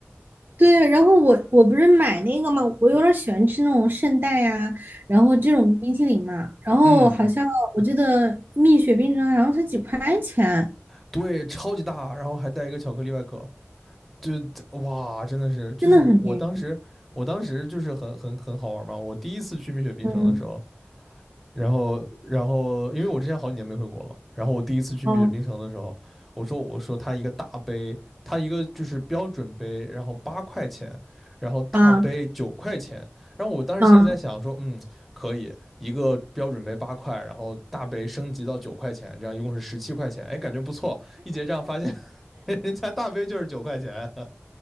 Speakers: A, on the right (about 50°); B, in the centre.
A: 对，然后我我不是买那个嘛，我有点儿喜欢吃那种圣代啊，然后这种冰淇淋嘛，然后好像我记得蜜雪冰城好像才几块钱，
B: 嗯，对，超级大，然后还带一个巧克力外壳。就哇，真的是，就是我当时，
A: 真的很便宜。
B: 我当时就是很很很好玩嘛。我第一次去蜜雪冰城的时候，
A: 嗯，
B: 然后然后因为我之前好几年没回国了嘛，然后我第一次去蜜雪冰城的时候，
A: 哦
B: 我说我说他一个大杯，他一个就是标准杯，然后八块钱，然后大杯九块钱，
A: 啊。
B: 然后我当时心里在想说，
A: 嗯，
B: 嗯，可以一个标准杯八块，然后大杯升级到九块钱，这样一共是十七块钱，哎，感觉不错。一结账发现 <laughs> 人家大杯就是九块钱。